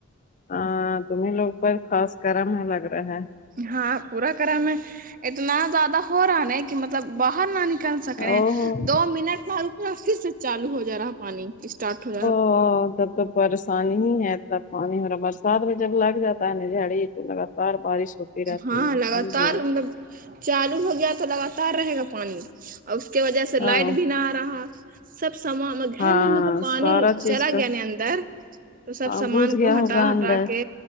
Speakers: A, on the left; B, on the right.
A: ہ تمہیں لوگ پر خاص کررم ہے لگ رہا ہے
B: ہاں پورا کرم میں اتنا زیادہ ہو رہا ن کہ مطلب باہر نہ نہیں کر سک رہے
A: او
B: ہیں
A: ہو
B: دو منٹ مع رومکا پھر سے چالو ہو جا رہا پانی اسٹارٹ ہو جا رہا
A: ہا ب تو پریشانی ہی ہے تب پانی ہو رہا برسات میں جب لگ جاتا ہے ن جاڑی تو لگاتار بارش ہوتی رہتی
B: ہاں
A: ہے
B: لگاتار
A: سمجھے
B: مطلب چالو ہو گیا تو لگاتار رہے گا پانی اور اس کے وجہ سے
A: ہاں
B: لائٹ بھی نہ آ رہا سب سامان
A: ہاں
B: گھر میں مطلب پانی
A: سارا چیز
B: چلا
A: پہ
B: گیا ن اندر تو سب
A: ہاں
B: سامان
A: گھس گیا
B: کو ہٹا
A: ہوگا اندر
B: ہٹا کے